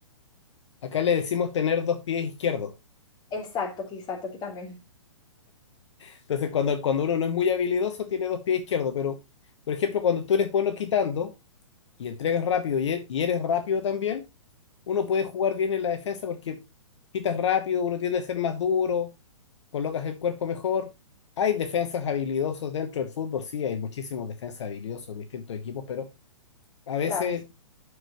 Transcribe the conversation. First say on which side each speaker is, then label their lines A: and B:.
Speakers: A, on the left; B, on the left.
A: Acá le decimos tener dos pies izquierdos.
B: Exacto, aquí, exacto, aquí también.
A: Entonces, cuando, cuando uno no es muy habilidoso, tiene dos pies izquierdos. Pero, por ejemplo, cuando tú eres bueno quitando y entregas rápido y e- y eres rápido también, uno puede jugar bien en la defensa porque quitas rápido, uno tiende a ser más duro colocas el cuerpo mejor. Hay defensas habilidosos dentro del fútbol, sí, hay muchísimos defensas habilidosos en distintos equipos, pero a veces
B: Claro, sí.